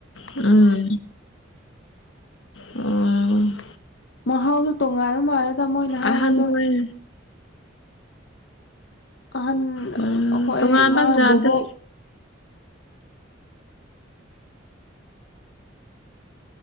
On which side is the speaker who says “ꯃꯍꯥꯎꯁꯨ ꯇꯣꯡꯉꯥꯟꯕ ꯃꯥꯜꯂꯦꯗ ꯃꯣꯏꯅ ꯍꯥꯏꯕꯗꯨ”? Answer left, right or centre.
Left